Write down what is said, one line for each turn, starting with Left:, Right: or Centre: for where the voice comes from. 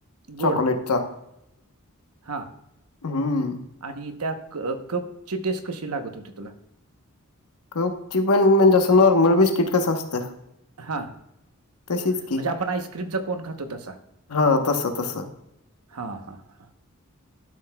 Right: गोड
Left: चॉकलेटचा
Right: हा
Left: हम्म
Right: आणि त्या क कपची टेस कशी लागत होती तुला
Left: कप ची पण म्हणजे असं नॉर्मल बिस्किट कसं असतं
Right: हां
Left: तशीच
Right: म्हणजे
Left: की
Right: आपण आईस्क्रीमचा कोण खातो तसा
Left: हां तसं तसं
Right: हा हा हा